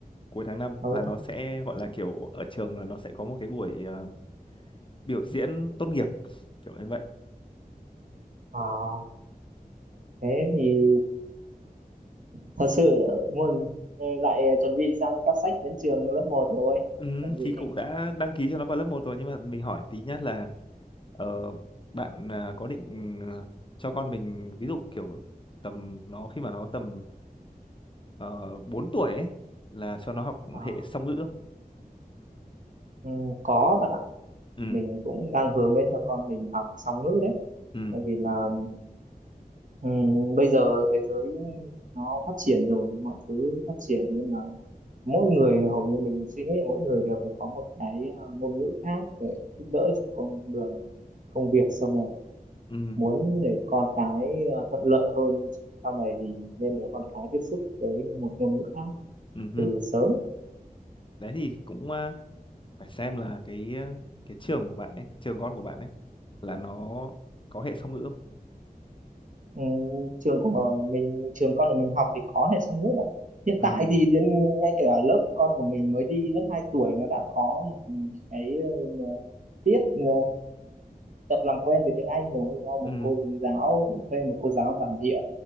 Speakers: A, on the left (about 35°); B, on the right (about 55°).
A: cuối tháng năm
B: Ờ.
A: là
B: Ừ.
A: nó sẽ gọi là kiểu ở trường là nó sẽ có một cái buổi ờ, biểu diễn tốt nghiệp kiểu như vậy
B: À, thế thì thật sự muốn ờ, lại chuẩn bị sang cắp sách đến trường lớp một rồi.
A: ừ,
B: Chuẩn
A: thì
B: bị.
A: cũng đã đăng ký cho nó vào lớp một rồi nhưng mà mình hỏi tí nhá là Ờ, bạn à, có định à, cho con mình ví dụ kiểu tầm nó khi mà nó tầm uh, 4 tuổi ấy là cho nó học
B: À,
A: hệ song ngữ không?
B: ừ, có bạn ạ.
A: Ừ,
B: Mình cũng đang hướng đến cho con mình học song ngữ đấy.
A: ừ,
B: Tại vì là ừm, bây giờ thế giới nó phát triển rồi, mọi thứ phát triển nên là mỗi người hầu như mình suy nghĩ là mỗi người đều phải có một cái à, ngôn ngữ khác để giúp đỡ cho con đường công việc sau này.
A: ừ,
B: Muốn để con cái à, thuận lợi hơn sau này thì nên để con cái tiếp xúc với một ngôn ngữ khác
A: ừ. hứ.
B: từ sớm.
A: Đấy thì cũng à, phải xem là cái à, cái trường của bạn ấy, trường con của bạn ấy là nó có hệ song ngữ không?
B: Ừ, trường của mình trường con của mình học thì có hệ song ngữ ạ hiện
A: Ừ,
B: tại thì đến ngay cả lớp con của mình mới đi lớp 2 tuổi nó đã có một cái ờ, tiết ờ, tập làm quen với tiếng Anh rồi do một
A: ừ,
B: cô giáo thuê một cô giáo bản địa